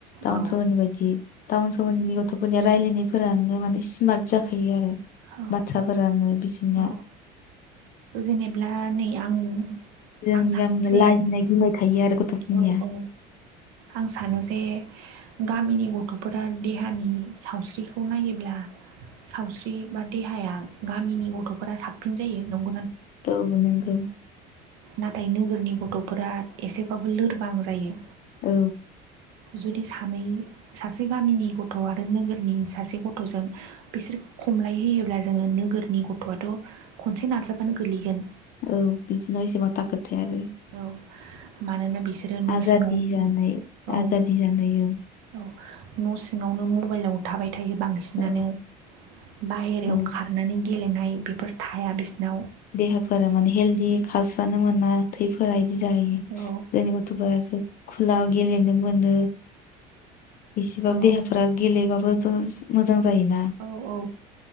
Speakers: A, on the left; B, on the right.
A: टाउन
B: औ
A: सहरनि बायदि टाउन सहरनि गथ'फोरनिया रायलायनायफोरानो माने स्मार्ट जाखायो आरो।
B: औ
A: बाथ्राफोरानो बिसिनिया
B: औ जेनेब्ला नै आं
A: जोंनि
B: आं सानो
A: गामिनिया
B: जे
A: लाजिनाय गिनाय थायो आरो गथ'फोरनिया
B: औ औ आं सानो जे गामिनि गथ'फोरा देहानि सावस्रिखौ नायोब्ला सावस्रि बा देहाया गामिनि गथ'फोरा साबसिन जायो न
A: औ नोंगौ।
B: नाथाय नोगोरनि गथ'फोरा एसेबाबो लोरबां जायो।
A: औ।
B: जुदि सानै सासे गामिनि गथ' आरो नोगोरनि सासे गथ'जों बिसोरखो खमलाय है फैयोब्ला जोङो नोगोरनि गथ'आथ' खनसे नारजाबानो गोलैगोन।
A: औ बिदिनो एसेबां दारखो थाया आरो।
B: औ मानोना बिसोरो न'
A: आजादि
B: सिङावनो
A: जानाय
B: औ
A: आजादि जानाय
B: औ न' सिङावनो मबाइलाव थाबाय थायो बांसिनानो
A: औ
B: बाहेरायाव
A: औ
B: खारनानै गेलेनाय बेफोर थाया बिसिनाव
A: देहाफोरा माने हेलदि खारस्रानो मोना थै फोरा। बिदि जायो
B: औ
A: जोंनि गथ'फोर खुला गेलेनो मोनो। एसेबाबो
B: औ
A: देहाफोरा गेलेबाबो मोजां मोजां जायोना
B: औ औ